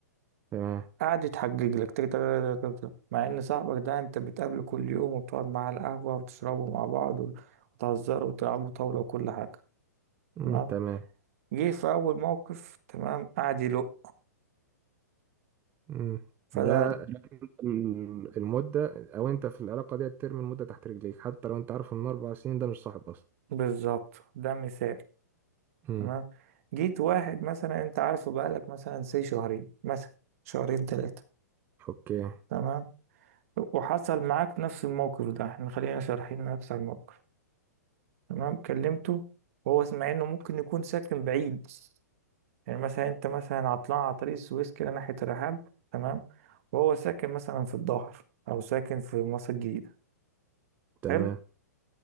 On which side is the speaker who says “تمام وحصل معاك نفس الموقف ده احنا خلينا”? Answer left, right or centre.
Right